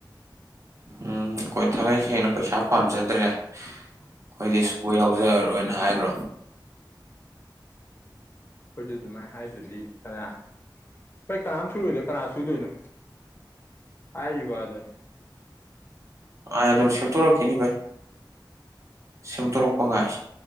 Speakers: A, on the right; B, on the left.
A: ꯎꯝ ꯑꯩꯈꯣꯏ ꯊꯥꯡꯏ ꯁꯦꯡꯅ ꯄꯩꯁꯥ ꯄꯥꯝꯖꯗ꯭ꯔꯦ ꯑꯩꯈꯣꯏꯗꯤ ꯁꯄ ꯌꯥꯎꯖꯔꯔꯣꯏꯅ ꯍꯥꯏꯈ꯭ꯔꯣ
B: ꯑꯩꯈꯣꯏꯁꯨ ꯑꯗꯨꯃꯥꯏꯅ ꯍꯥꯏꯗꯨꯗꯤ ꯐꯔ ꯄꯩ ꯀꯅꯥꯝ ꯁꯨ ꯂꯑꯣꯗ ꯀꯅꯥ ꯁꯨꯗꯣꯏꯅ ꯍꯥꯏꯔꯤ ꯋꯥꯗ ꯑꯗꯨꯅꯤ
A: ꯑꯩ ꯑꯗꯨꯝ ꯁꯦꯝꯠꯇꯣꯔꯛꯀꯦꯅꯤ ꯚꯩ ꯁꯦꯝꯗꯣꯔꯛꯄ ꯉꯥꯏ